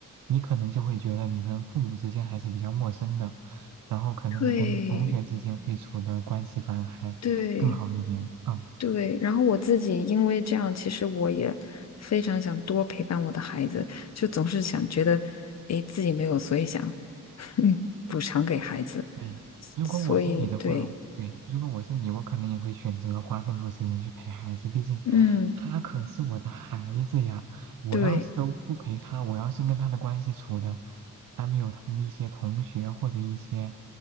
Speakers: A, on the right (about 80°); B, on the left (about 55°).
A: 你可能就会觉得你跟父母之间还是比较陌生的，然后可能你跟同学之间会处的关系反而还更好一点，
B: 对，对。
A: 嗯。
B: 对，然后我自己因为这样，其实我也非常想多陪伴我的孩子，就总是想觉得，诶，自己没有，所以想，<laughs> 嗯补偿给孩子，
A: 对，如果我是你的话，
B: 所以对，
A: 对，如果我是你，我可能也会选择花更多时间去陪孩子，毕竟
B: 嗯，
A: 他可是我的孩子呀。我要是都不陪他，
B: 对，
A: 我要是跟他的关系处的还没有他的一些同学或者一些